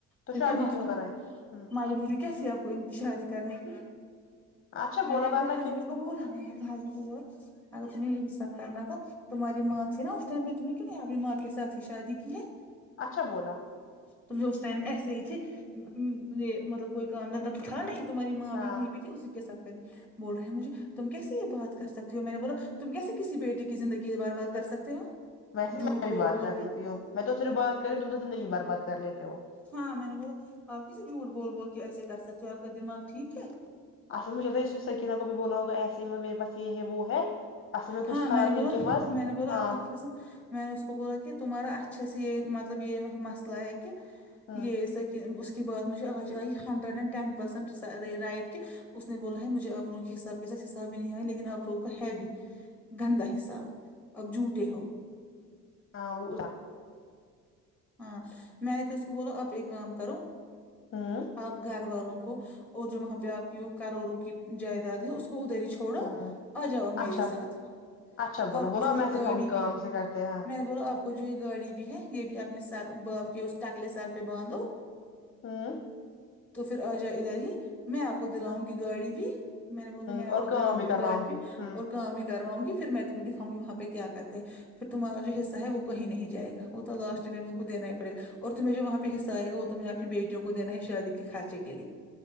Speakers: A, on the left; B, in the centre.
A: تو
B: پھر
A: شادی
B: کیا مسئلہ
A: کیوں کرائے
B: تھا
A: ہوں
B: میں بولی کیا تھی آپ کو ان کی شادی کرنے کی
A: اچھا
B: میں
A: بولا
B: نے اپنے
A: ورنہ
B: ہسبینڈ
A: کہ
B: کو بولا میں نے آ ہبینڈ کو بولا اگر تمہیں انصاف کرنا تھا تمہاری ماں تھی نا اس ٹائم بھی تم نہیں کیوں اپنی ماں کے ساتھ ہی شادی کی ہے
A: اچھا بولا
B: تو وہ اس ٹائم ایسے ہی تھے ا ی یہ مطلب کوئی کام دھندا تو تھا نہیں تمہاری ماں
A: ہاں
B: بھی وہیں پہ تھی اسی کےساتھ کرنی بول رہے ہیں مجھے تم کیسے یہ بات کر سکتی ہو میں نے بولا تم کیسے کسی بیٹی کی زندگی برباد کر سکتے ہو
A: ویسے
B: جھوٹ
A: میں بھی
B: بول
A: بات
B: بول
A: کر
B: کے
A: ستی ہوں میں تو صرف بات کری ہوں تم زندگی برباد کر لیتے ہو
B: ہاں میں نے بولا آپ کسے جھوٹ بول بول کے ایسے کر سکتے ہو آپ کا دماغ ٹھیک ہے
A: اصل مجھے لگتا ہے اس نے سکینہ کو بھی بولا ہوگا ایسے ہی مطلب میرے پاس یہ ہے وہ ہے اصل میں
B: ہاں
A: کچھ تھا
B: نے
A: نہیں
B: بولا
A: ان کے پاس
B: میں نے بولا
A: ہاں
B: اللہ کی قسم میں نے اس کو بولا کہ تمہارا اچھےسے یہ مطلب یہ مسئلہ ہے کہ
A: ہوں
B: یہ سکی اب اس بات مجھے آج آئی hundred and ten percent right کے اس نے بولا ہے مجھے آپ لوگوں کے حساب کے ساتھ حساب ہی نہیں آئے لیکن آپ لوگوں کا ہی بھی گندا حساب آپ جھوٹے ہو
A: ہاں وہ
B: ہاں میں نے تو اس کو بولا آپ ایک کام کرو
A: ہوں
B: آپ گھر والوں کو اور جو وہاں پہ آپ کی کروڑوں کی جائیداد ہے اس کو ادھر ہی چھو ڑو
A: ہوں
B: آ جاؤ آپ میرے
A: اچھا
B: ساتھ
A: اچھا بولو
B: آپ
A: بولو
B: کی جو ہے
A: میں
B: گاڑی
A: سکھاؤں گی کام
B: بھی
A: کیسے کرتے ہیں
B: میں نے بولا آپ آپ کو جو یہ گاڑی بھی ہے یہ بھی اپنے سر باپ کے اس ٹکلے سر پہ باندھو
A: ہوں
B: تو پھر آ جائے ادھر ہی میں آپ کو دلاؤں
A: ہوں
B: گی گاڑی بھی میں نے بول میں آپ
A: اور
B: کو دلاؤں
A: کام کرواؤں
B: گی گاڑی بھی
A: ہوں
B: اور کام بھی کراؤںگی پھر میں تمہیں دکھاؤ گی وہاں پہ کیا کرتے پھر تمہارا جو حصہ ہے وہ کہیں نہیں جائے گا وہ تو لاسٹ کو دینا ہی پڑھے گا اور تمہیں جو وہاں حصہ ائے گا وہ تمہیں اپنی بیٹیوں کو دینا ہے شادی کے خرچے کے